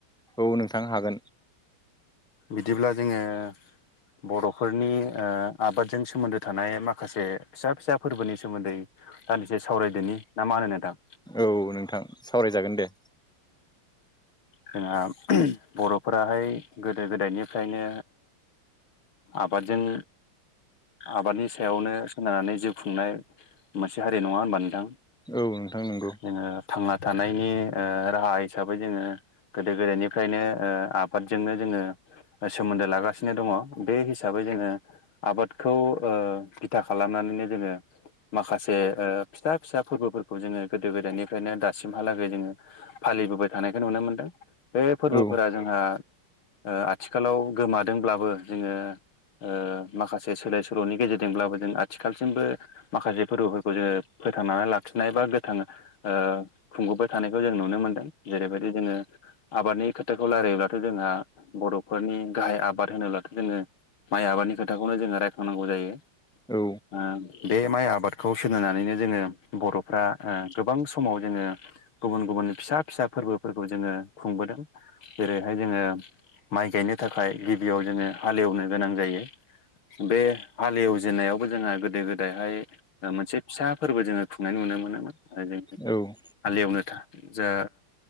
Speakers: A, in the centre; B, on the left.
A: औ नोंथां हागोन
B: बिदिब्ला जोङो बर'फोरनि आबादजों सोमोन्दो थानाय माखासे फिसा फिसा फोरबोनि सोमोन्दै दान्दिसे सावरायदोनि ना मा होनोदां
A: औ नोंथां सावरायजागोन दे
B: जोंहा बर' फोराहाय गोदो गोदायनिफ्रायनो आबादजों आबादनि सायावनो सोनारनानै जिउ खुंनाय मोनसे हारि नङा होनबा नोंथां।
A: औ नोंथां नंगौ
B: जोङो थांना थानायनि राहा हिसाबै जोङो गोदो गोदायनिफ्रायनो ओ आबादजोंनो जोङो सोमोन्दो लागासिनो दङ बे हिसाबै जोङो आबादखौ ओ बिथा खालामनानैनो जोङो माखासे फिथसा फिसा फोरबोफोरखौ जोङो गोदो गोदायनिफ्रायनो दासिमहालागै जोङो फालिबोबाय थानायखौ नुनो मोनदों बे फोरबोफोरा
A: औ
B: जोंहा ओ आथिखालाव गोमादोंब्लाबो जोङो ओ माखासे सोलाय सोल'नि गेजेरजोंब्लाबो जों आथिखालसिमबो माखासे फोरबोफोरखौ जोङो फोथांनानै लाखिनाय बा गोथां ओ खुंबोबाय थानायखौ जों नुनो मोनदों जेरैबायदि जोङो आबादनि खोथाखौ खौ राय्लायोब्लाथ' जोंहा बर'फोरनि गाहाय आबाद होनोब्लाथ' जोङो माइ आबादनि खोथाखौनो जोङो रायखांनांगौ जायो
A: औ
B: ओ बे माइ आबादखौ सोनारनानैनो जोङो बर'फ्रा गोबां समाव जोङो गुबुन गुबुन फिसा फिसा फोरबोफोरखौ जोङो खुंबोदों जेरैहाय जोङो माइ गायनो थाखाय गिबियाव जोङो हालेवनो गोनां जायो बे हालेवजेननायावबो जोंहा गोदो गोदायहाय ओ मोनसे फिसा फोरबो जोङो खुंनाय नुनो मोनोमोन आरो जों
A: औ
B: हाललिवनो था जा